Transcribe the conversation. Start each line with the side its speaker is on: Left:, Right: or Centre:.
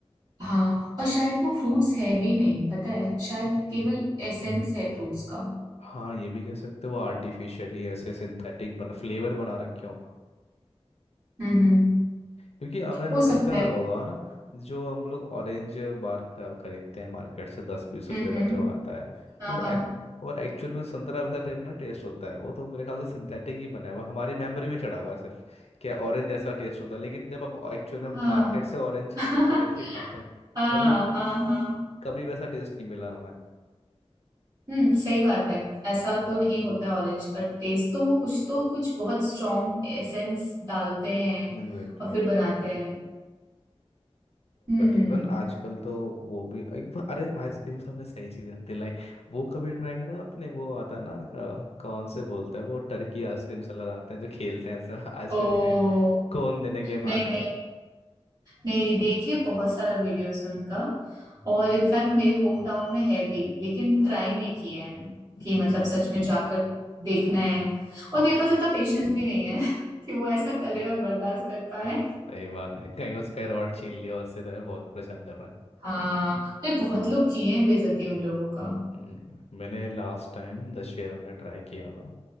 Right: हाँ और शायद वो फ्रूट्स है भी नहीं पता है शायद
Left: हम्म
Right: केवल एसेंस है फ्रूट्स का
Left: हाँ ये भी कह सकते हो आर्टिफिशियली ऐसे सिंथेटिक बन फ्लेवर बना रखे हो
Right: हम्म हम्म
Left: क्योंकि आपने नोटिस
Right: हो सकता
Left: करा
Right: है
Left: होगा ना जो हम लोग ऑरेंज बार का खरीदते हैं मार्केट से दस बीस रुपए
Right: हम्म
Left: का
Right: हम्म
Left: जो आता है
Right: हाँ
Left: वो
Right: हाँ
Left: एक, और एक्चुअल में संतरा वैसा टे- ना टेस्ट होता है वो तो मेरे ख्याल से सिंथेटिक ही बना हुआ है। हमारी मेमोरी में चढ़ा हुआ है सिर्फ कि ऑरेंज जैसा टेस्ट होता है लेकिन जब हम एक्चुअल में
Right: हाँ
Left: मार्केट से ऑरेंज
Right: <laughs>
Left: खरीद के खाते हैं
Right: हाँ
Left: कभी
Right: हाँ हाँ
Left: कभी वैसा टेस्ट नहीं मिला हमें
Right: हम्म सही बात है ऐसा तो नहीं होता है ऑरेंज का टेस्ट तो वो कुछ तो कुछ बहुत स्ट्रॉन्ग एसेंस डालते हैं
Left: एग्जैक्टली
Right: और फिर बनाते हैं हम्म
Left: इवन आजकल तो वो भी एक बार- अरे आइसक्रीम से आपने सही चीज याद दिलाई वो कभी ट्राई करा आपने वो आता है ना अ, कौन से बोलता है वो टर्की आइसक्रीम सेलर आते हैं जो खेलते हैं ऐसा आइसक्रीम
Right: ओ
Left: की जगह कोन देने के बहाने
Right: नहीं नहीं नहीं नहीं देखे बहुत सारा वीडियोस है उनका और इनफैक्ट मेरे होम टाउन में है भी लेकिन ट्राई नहीं किए हैं
Left: हम्म,
Right: कि मतलब सच में जाकर देखना है और
Left: हम्म,
Right: मेरे पास इतना पेशेंस भी नहीं है <laughs> कि वो ऐसा करे और बर्दाश्त कर पाए
Left: सही बात है कहीं उसका रॉड छीन लिया उससे तो बहुत परेशान कर रहा है
Right: हाँ नहीं बहुत लोग किए हैं बेइज्जती उन लोगों का
Left: हम्म, मैंने लास्ट टाइम दशहरा में ट्राई किया था